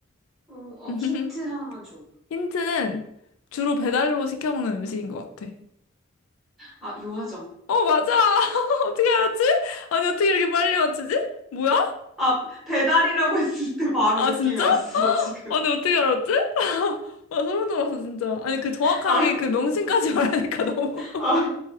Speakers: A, in the centre; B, on the left.
A: 어, 어,
B: <laughs>
A: 힌트 하나만 줘.
B: 힌트는 주로 배달로 시켜 먹는 음식인 것 같아.
A: 아, 요아정.
B: 어, 맞아! <laughs> 어떻게 알았지? 아니, 어떻게 이렇게 빨리 맞추지? 뭐야?
A: 아, 배달이라고 했을 때 바로
B: 아,
A: 느낌이
B: 진짜?
A: 왔어, 지금.
B: 아니, 어떻게 알았지? <laughs> 아, 소름 돋았어, 진짜. 아니, 그 정확하게
A: 아,
B: 그 명칭까지 <laughs> 말하니까 너무,
A: 아,